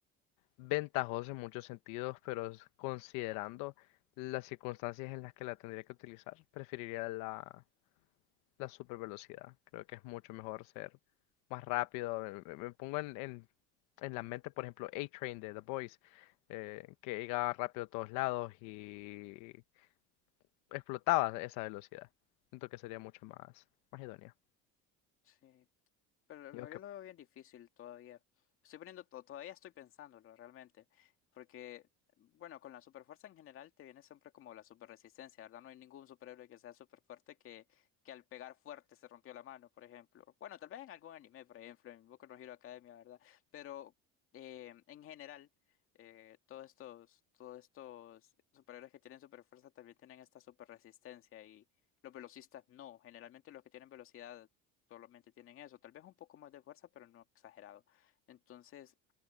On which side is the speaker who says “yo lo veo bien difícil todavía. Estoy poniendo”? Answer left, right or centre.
Left